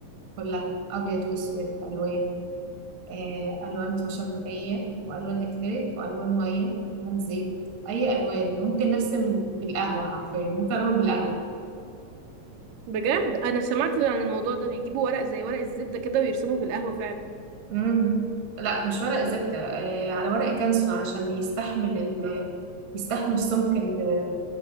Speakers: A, on the right (about 40°); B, on the right (about 80°).
A: كلها أبيض وأسود ألوان آه ألوان خشب مائية وألوان أكريليك وألوان مية ألوان زيت أي ألوان ممكن أرسم بالقهوة حرفيا ممكن أعمل بالقهوة
B: بجد انا سمعت عن الموضوع ده بيجيبوا ورق زي ورق الزبده كده ويرسموه بالقهوه فعلا
A: امم لا مش ورق زبدة آه على ورق كانسون علشان يستحمل ال يستحمل سمك ال-